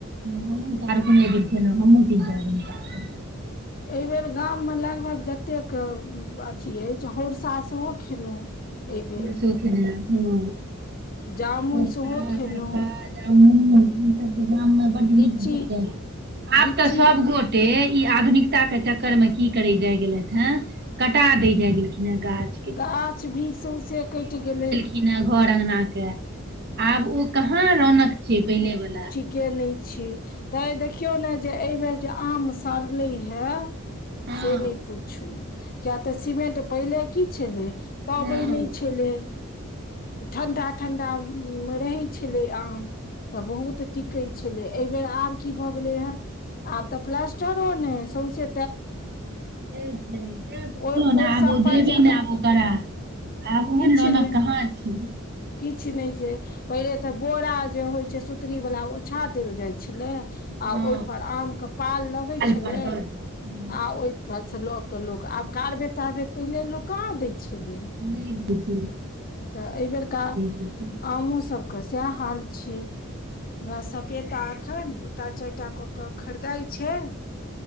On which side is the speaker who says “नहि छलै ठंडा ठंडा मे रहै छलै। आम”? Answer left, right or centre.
Left